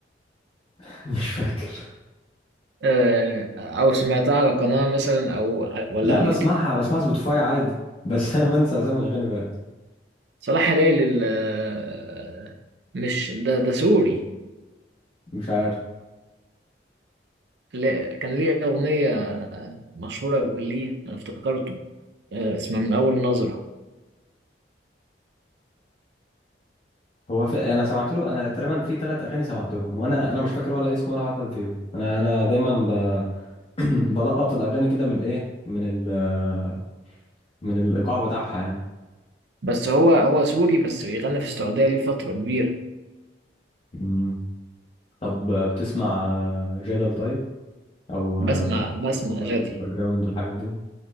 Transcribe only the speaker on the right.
آه، أو سمعتها على قناة مثلا أو على- ولا
على
اليوتيوب
صلاح هلال ال- آه، مش ده ده سوري
لا- كان ليه أغنية مشهورة ليه أنا افتكرته آه، اسمها من أول نظرة
بس هو هو سوري بس بيغني في السعودية ليه فترة كبيرة
بسمع
بسمع
جدل